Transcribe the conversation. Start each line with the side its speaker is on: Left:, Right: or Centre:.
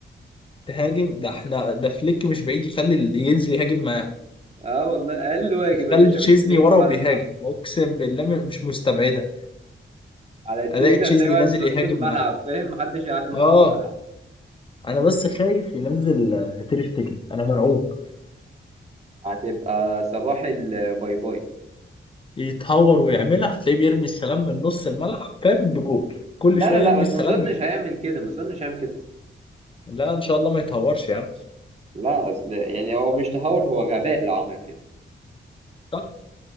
Left: تهاجم ده احنا ده فليك مش بعيد يخلي ال- ينزل يهاجم معاه
Right: اه والله اقل واجب
Left: يخلي
Right: يا باشا
Left: تشيزني
Right: من فليك
Left: ورا
Right: بعد
Left: وبيهاجم
Right: اللي حصل
Left: اقسم بالله م- مش مستبعده
Right: على تشيزني
Left: الاقي تشيزني
Right: هتلاقيه واقف
Left: نازل
Right: في نص
Left: يهاجم
Right: الملعب
Left: معاه
Right: فاهم محدش هيعدي نص
Left: اه
Right: الملعب
Left: انا بس خايف ينزل آه، تير شتيجن انا مرعوب
Right: هتبقى صباح الباي باي
Left: يتهور ويعملها هتلاقيه بيرمي السلام من نص الملعب فاهم بجول كل
Right: لا
Left: شويه
Right: لا لا
Left: يرمي
Right: بس
Left: السلام
Right: ما اظنش
Left: يجي.
Right: هيعمل كده ما اظنش هيعمل كده
Left: لا ان شاء الله ما يتهورش يا عم
Right: لا اصل يعني هو مش تهور هو غباء لو عمل كده
Left: صح